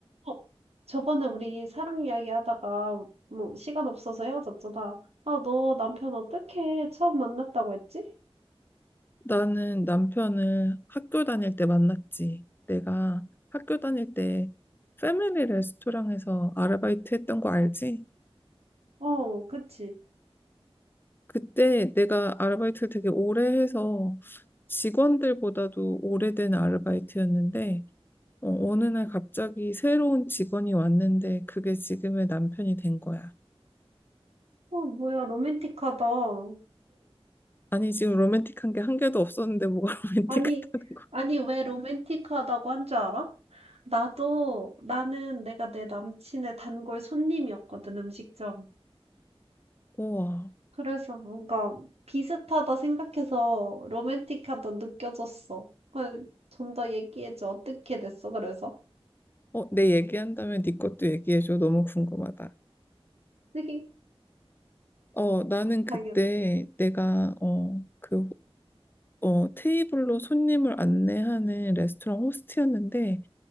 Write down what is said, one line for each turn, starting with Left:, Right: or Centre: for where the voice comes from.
Right: 어 저번에 우리 사랑 이야기 하다가 뭐 시간 없어서 헤어졌잖아. 아, 너 남편 어떻게 처음 만났다고 했지?
Left: 나는 남편을 학교 다닐 때 만났지. 내가 학교 다닐 때 패밀리 레스토랑에서 아르바이트 했던 거 알지?
Right: 어, 그치.
Left: 그때 내가 아르바이트를 되게 오래 해서 직원들보다도 오래된 아르바이트였는데 어, 어느 날 갑자기 새로운 직원이 왔는데 그게 지금의 남편이 된 거야.
Right: 어, 뭐야, 로맨틱하다. 어.
Left: 아니 지금 로맨틱한 게 한 개도 없었는데 뭐가 <laughs> 로맨틱하다는
Right: 아니,
Left: 거야.
Right: 아니, 왜 로맨틱하다고 한 줄 알아? 나도, 나는 내가 내 남친의 단골 손님이었거든, 음식점.
Left: 우와.
Right: 그래서 뭔가 비슷하다 생각해서 로맨틱하다 느껴졌어. 좀 더 얘기해줘. 어떻게 됐어, 그래서?
Left: 어, 내 얘기한다면 네 것도 얘기해줘. 너무 궁금하다.
Right: <laughs>
Left: 어, 나는
Right: 당연히.
Left: 그때 내가 어, 그 어, 테이블로 손님을 안내하는 레스토랑 호스트였는데